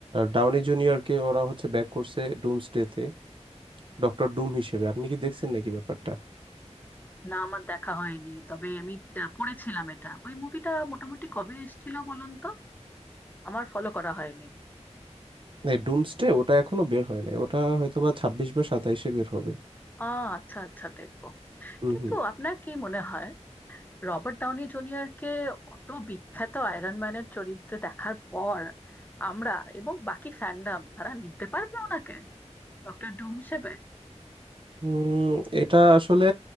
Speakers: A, on the right (about 45°); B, on the left (about 15°).
A: ডাউনি জুনিয়রকে ওরা হচ্ছে ব্যাক করছে ডুমসডেতে ডক্টর ডুম হিসেবে আপনি কি দেখছেন নাকি ব্যাপারটা
B: না আমার দেখা হয়নি তবে আমি ডা- পড়েছিলাম এটা ওই মুভিটা মোটামুটি কবে এসেছিল বলুন তো আমার ফলো করা হয়নি
A: এই ডুমসডে ওটা এখনো বের হয়নি ওটা হয়তো বা ছাব্বিশ বা সাতাইশে বের হবে
B: আ, আচ্ছা আচ্ছা দেখবো
A: হুম
B: কিন্তু
A: হুম
B: আপনার কি মনে হয় রবার্ট ডাউনি জুনিয়রকে অত বিখ্যাত আয়রন ম্যানের চরিত্রে দেখার পর আমরা এবং বাকি ফ্যান্ডাম তারা নিতে পারবে ওনাকে ডক্টর ডুম হিসেবে
A: উম, এটা আসলে